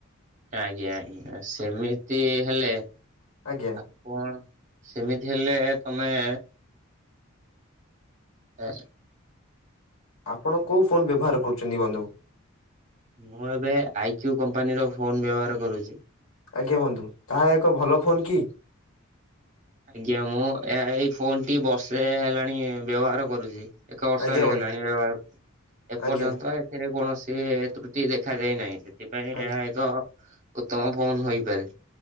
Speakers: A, on the right (about 35°); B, on the left (about 75°).
A: ଆଜ୍ଞା ଆଜ୍ଞା ସେମିତି ହେଲେ
B: ଆଜ୍ଞା
A: ଆପଣ ସେମିତି ହେଲେ ତମେ ଏ।
B: ଆପଣ କୋଉ ଫୋନ୍ ବ୍ୟବହାର କରୁଛନ୍ତି ବନ୍ଧୁ?
A: ମୁଁ ଏବେ ଆଇକ୍ୟୁ କମ୍ପାନୀର ଫୋନ ବ୍ୟବହାର କରୁଚି।
B: ଆଜ୍ଞା ବନ୍ଧୁ ତାହା ଏକ ଭଲ ଫୋନ୍ କି?
A: ଆଜ୍ଞା ମୁଁ ଏ ଏଇ ଫୋନ ଟି ବର୍ଷେ ହେଲାଣି ବ୍ୟବହାର କରୁଚି। ଏକ ବର୍ଷ
B: ଆଜ୍ଞା
A: ହେଇଗଲାଣି
B: ବନ୍ଧୁ
A: ବ୍ୟବହାରକୁ ଏପର୍ଯ୍ୟନ୍ତ
B: ଆଜ୍ଞା
A: ଏଥିରେ କୌଣସି ତ୍ରୁ ଟି ଦେଖାଯାଇନାହିଁ। ସେଥିପାଇଁ
B: ଆଜ୍ଞା।
A: ଏହା ଏକ ଉତ୍ତମ ଫୋନ ହୋଇପାରେ।